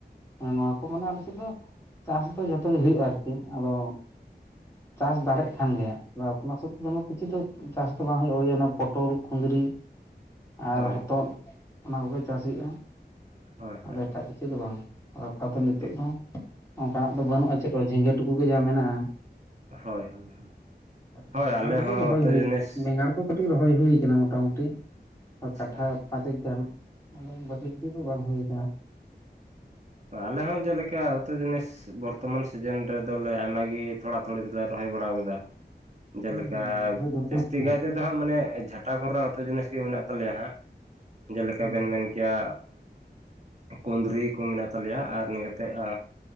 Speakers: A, on the left (about 15°); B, on the right (about 40°).
A: ᱮᱸ ᱱᱚᱣᱟ ᱠᱚ ᱢᱟᱱᱮ ᱟᱞᱮ ᱥᱮᱫ ᱫᱚ ᱪᱟᱥ ᱫᱚ ᱡᱷᱚᱛᱚ ᱜᱮ ᱦᱩᱭᱩᱜ-ᱟ ᱟᱨ ᱠᱤ, ᱟᱫᱚ ᱪᱟᱥ ᱫᱟᱲᱮᱜ ᱠᱷᱟᱱ ᱜᱮ ᱟᱫᱚ ᱟᱯᱱᱟᱨ ᱥᱳᱹᱵᱽ ᱛᱮ ᱫᱚᱢᱮ ᱠᱤᱪᱷᱩ ᱫᱚ ᱪᱟᱥ ᱫᱚ ᱵᱟᱝ ᱦᱩᱭᱩᱜ-ᱟ ᱳᱭ ᱚᱱᱟ ᱯᱳᱴᱳᱞ, ᱠᱩᱸᱫᱽᱨᱤ ᱟᱨ
B: ᱦᱳᱭ
A: ᱦᱚᱛᱚᱫ ᱚᱱᱟ ᱠᱚᱜᱮ ᱪᱟᱥ ᱦᱩᱭᱩᱜ-ᱟ,
B: ᱦᱳᱭ
A: ᱟᱫᱚ
B: ᱦᱳᱭ
A: ᱮᱴᱟᱜ ᱠᱤᱪᱷᱩ ᱫᱚ ᱵᱟᱝ ᱾ ᱟᱨ ᱟᱯᱟ ᱛᱚ ᱱᱤᱛᱚᱜ
B: ᱴᱷᱤᱠ
A: ᱫᱚ ᱚᱸᱱᱠᱟ ᱱᱟᱜ ᱫᱚ ᱵᱟᱹᱱᱩᱜ- ᱟ ᱪᱮᱜ ᱦᱚᱸ ᱡᱷᱤᱸᱜᱟᱹ ᱴᱩᱠᱩ ᱜᱮ ᱡᱟ ᱢᱮᱱᱟᱜ-ᱟ ᱾
B: ᱦᱳᱭ ᱦᱳᱭ
A: ᱟᱨ
B: ᱦᱳᱭ
A: ᱵᱮᱸᱜᱟᱲ
B: ᱟᱞᱮ
A: ᱠᱟᱹᱴᱤᱡ
B: ᱦᱚᱸ
A: ᱨᱚᱦᱚᱭ
B: ᱩᱛᱩ
A: ᱦᱩᱭ,
B: ᱡᱤᱱᱤᱥ
A: ᱵᱮᱸᱜᱟᱲ ᱠᱚ ᱠᱟᱹᱴᱤᱡ ᱨᱚᱦᱚᱭ ᱦᱩᱭ ᱠᱟᱱᱟ ᱢᱚᱴᱟᱼᱢᱩᱴᱤ ᱟᱨ
B: ᱟᱪᱪᱷᱟ
A: ᱠᱟᱴᱷᱟ ᱯᱟᱸᱪ ᱮᱠ ᱜᱟᱱ ᱟᱫᱚ ᱵᱟᱹᱲ ᱫᱤᱠ ᱫᱤ ᱠᱚ ᱵᱟᱝ ᱦᱩᱭ ᱠᱟᱱᱟ ᱾
B: ᱚ ᱟᱞᱮ ᱦᱚᱸ ᱡᱮᱞᱮᱠᱟ ᱩᱛᱳ ᱡᱤᱱᱤᱥ ᱵᱚᱨᱛᱚᱢᱟᱱ ᱥᱤᱡᱟᱹᱱ ᱨᱮᱫᱚ ᱞᱮ ᱟᱭᱢᱟ ᱜᱮ ᱛᱷᱚᱲᱟ ᱛᱷᱩᱲᱤ ᱫᱚᱞᱮ ᱨᱚᱦᱚᱭ ᱵᱟᱲᱟᱣ ᱠᱟᱫᱟ ᱾ ᱡᱮᱞᱮᱠᱟ
A: ᱦᱮᱸ ᱦᱮᱸ ᱨᱚᱦᱚᱭ ᱫᱚᱨᱠᱟᱨ
B: ᱡᱟᱹᱥᱛᱤ
A: ᱛᱚ
B: ᱠᱟᱭ ᱛᱮ ᱫᱚ ᱦᱟᱸᱜ ᱢᱟᱱᱮ ᱮ ᱡᱷᱟᱴᱟ ᱠᱚᱨᱮ ᱱᱟᱜ ᱩᱛᱩ ᱡᱤᱱᱤᱥ ᱜᱮ ᱢᱮᱱᱟᱜ ᱛᱟᱞᱮᱭᱟ ᱦᱟᱸᱜ, ᱡᱮᱞᱮᱠᱟ
A: ᱦᱮᱸ
B: ᱵᱮᱱ ᱢᱮᱱ ᱠᱮᱭᱟ ᱟᱸᱫᱻ ᱠᱩᱸᱫᱽᱨᱤ ᱠᱚ ᱢᱮᱱᱟᱜ ᱛᱟᱞᱮᱭᱟ ᱟᱨ ᱱᱤᱭᱟᱹ ᱛᱮᱜ ᱟ